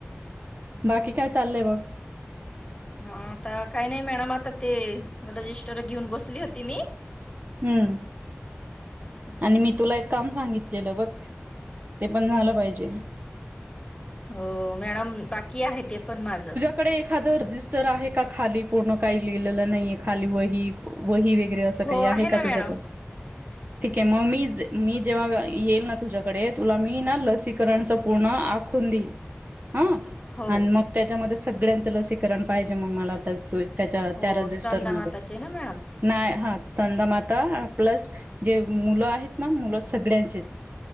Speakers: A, on the right (about 45°); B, on the left (about 20°).
A: बाकी काय चाललंय मग
B: हा, आता काही नाही मॅडम आता ते, रजिस्टर घेऊन बसली होती मी.
A: हम्म,
B: हम्म
A: आणि मी तुला काम सांगितलेलं बघ ते पण झालं पाहिजे.
B: हो, मॅडम बाकी आहे ते पण माझ.
A: तिकडे एखादं रजिस्टर आहे का? खाली पूर्ण काही लिहिलेलं नाही आहे खाली वही वही वगैरे असं
B: हो
A: काही आहे का?
B: ना मॅडम
A: तुझ्याकड ठीक आहे. मग मीच मी जेव्हा येईल ना, तुझ्याकडे तुला मी ना, लसीकरणच पूर्ण आखून देईल. हा,
B: हो
A: आणि मग त्याच्यामध्ये सगळ्याच लसीकरण पाहिजे, मग मला आता होय, त्याच्या
B: हो
A: त्या रजिस्टरमध्ये
B: स्तनदा माताचे ना मॅडम
A: नाही. हा, स्तनदा माता प्लस जे मुलं आहेत ना, मुलं सगळ्यांचेच.